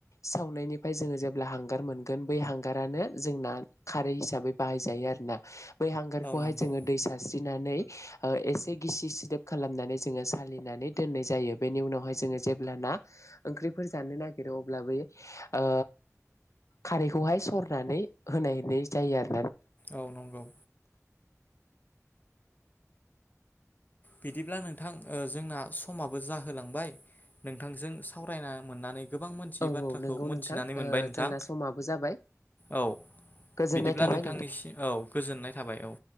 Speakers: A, on the left; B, on the left.
A: सावनायनि फाय जोङो जेब्ला हांगार मोनगोन बै हांगारानो जोंना खारै हिसाबै बाहायजायो आरोना बै हांगारखौहाय
B: नंगौ
A: जोङो दै सारस्रिनानै एसे गिसि सिदोब खालामनानै जोङो सालिनानै दोननाय जायो बेनि उनावहाय जोङो जेब्लानो ना ओंख्रिफोर जानो नागिरो अब्ला बै ओ खारैखौहाय सरनानै होनायनाय जायो आरो
B: औ नंगौ। बिदिब्ला नोंथां जोंना समाबो जाहोलांबाय नोंथांजों सावरायना मोननानै गोबां मोनथियै
A: औ
B: बाथ्राखौ
A: औ नंगौ
B: मोनथिनानै
A: नोंथां
B: मोनबाय नोंथां
A: जोंना समाबो जाबाय।
B: औ
A: गोजोननाय
B: बिदिब्ला
A: थाबाय
B: नोंथांनिसिम औ गोजोननाय थाबाय औ।